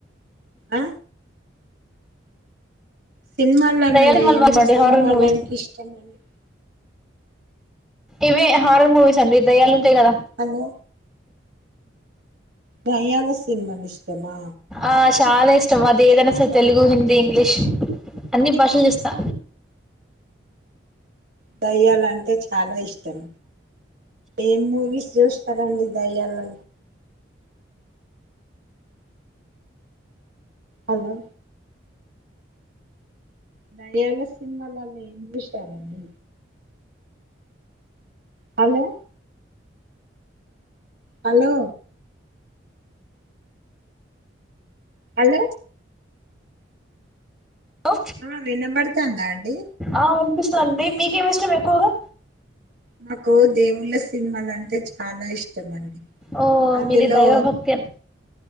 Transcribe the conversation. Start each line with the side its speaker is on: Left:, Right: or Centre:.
Right: ఆ సినిమాలలో
Centre: దయ్యాల సినిమాలు
Right: ఏం
Centre: బాగా ఇష్టం అండి
Right: సినిమాలంటే
Centre: హారర్ మూవీస్
Right: ఇష్టం అండి
Centre: ఇవే హార్రర్ మూవీస్ అండి దయ్యలుంటాయ్ గద
Right: హలో దయ్యాల సినిమాలు ఇష్టమా
Centre: ఆ చాలా ఇష్టం
Right: దేవుళ్ళే
Centre: అది ఏదైనా
Right: కాదా
Centre: సరే తెలుగు హిందీ ఇంగ్లీష్ అన్ని భాషలు చూస్తా
Right: దయ్యాలంటే చాలా ఇష్టం ఏం మూవీస్ చూస్తారండి దయ్యాలలో హలో దయ్యాల సినిమాలలో ఏం చూస్తారండి హలో హలో హలో
Centre: కో
Right: ఆ వినబడుతాందా అండి
Centre: ఆ వినిపిస్తదన్డి మీకేమిష్టం ఎక్కువగా
Right: నాకు దేవుళ్ళ సినిమాలు అంటే చాలా ఇష్టం అండి
Centre: ఓ
Right: అందులో
Centre: మీది దైవభక్తి అన్